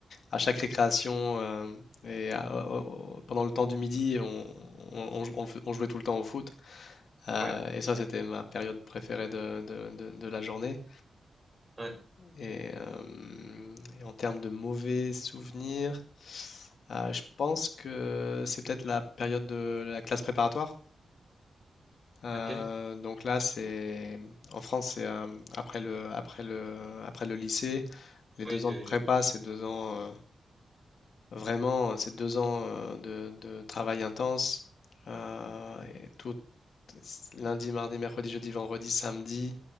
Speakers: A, on the left; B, on the right.
A: à chaque récréation euh, et à- au- au- pendant le temps du midi, on, on- on jou- on f- on jouait tout le temps au foot. Euh,
B: ouais,
A: et ça, c'était ma période préférée de, de- de- de la journée.
B: ouais,
A: Et, euh, et en termes de mauvais souvenirs, euh, je pense que c'est peut-être la période de la classe préparatoire. Euh,
B: ok,
A: donc là, c'est en France, c'est euh, après le, après le, après le lycée, les
B: oui,
A: deux
B: oui,
A: ans de prépa,
B: oui,
A: c'est deux ans. euh, Vraiment, euh, ces deux ans euh, de, de travail intense, euh, et tout lundi, mardi, mercredi, jeudi, vendredi, samedi,